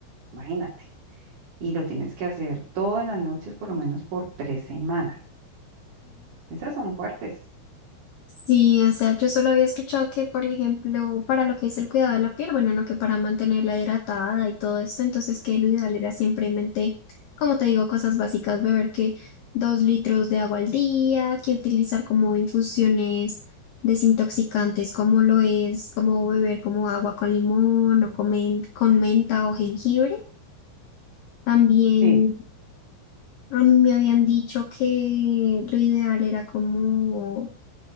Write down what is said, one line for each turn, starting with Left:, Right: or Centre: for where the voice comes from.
Right: imagínate. Y lo tienes que hacer todas las noches, por lo menos por tres semanas. Esas son fuertes.
Left: Sí, o sea, yo solo había escuchado que, por ejemplo, para lo que es el cuidado de la piel, bueno, no que para mantenerla hidratada y todo esto, entonces que lo ideal era simplemente, como te digo, cosas básicas, beber que dos litros de agua al día, que utilizar como infusiones desintoxicantes, como lo es, como beber como agua con limón o con, men- con menta o jengibre. También
Right: Sí.
Left: a mí me habían dicho que lo ideal era como